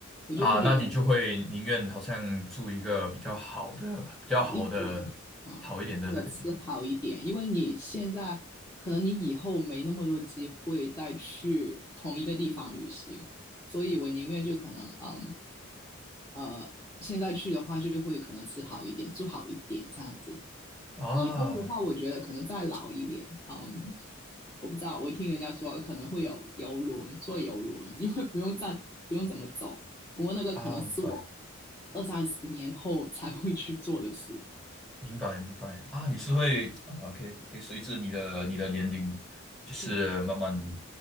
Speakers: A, on the left (about 15°); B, in the centre.
A: 我就会觉得
B: 啊，那你就会宁愿好像住一个比较好的、比较好的、
A: 好一点啊，
B: 好一点的那个地方
A: 或者吃好一点，因为你现在可能你以后没那么多机会再去同一个地方旅行，所以我宁愿就可能嗯呃。现在去的话，就会可能吃好一点，住好一点，这样子。
B: 啊
A: 以后的话，我觉得可能再老一点，嗯，我不知道，我听人家说可能会有游轮，坐游轮，因为不用再不用怎么走。不过那个可能是我
B: 啊，明白。
A: 二三十年后才会去做的事。
B: 明白明白啊，你是会啊，OK OK，随着你的你的年龄，就是慢慢
A: 对